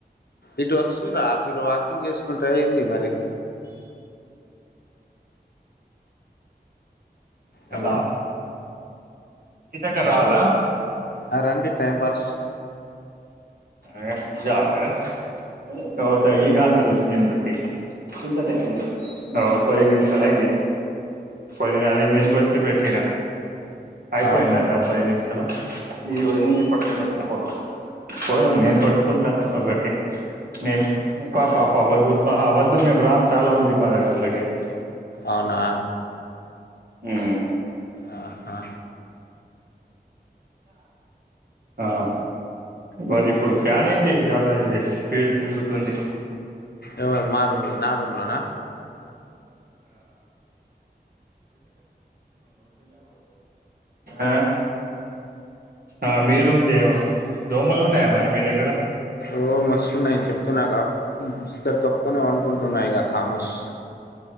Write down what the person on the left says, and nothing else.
ఇటు వస్తుర్రా మీరు వాకింగ్ చేసుకుంటా ఏంది మరి
హలో
ఆ రండి టైంపాస్
ఆహా
అవునా
ఆహా
ఎవరు మా రూముల్ నా రూమ్ లానా
ఓ మస్తున్నాయ్ చెప్పుతే నాకు కాపోవు సరే కప్పుకొని పడుకుంటున్న ఇగ కంబుస్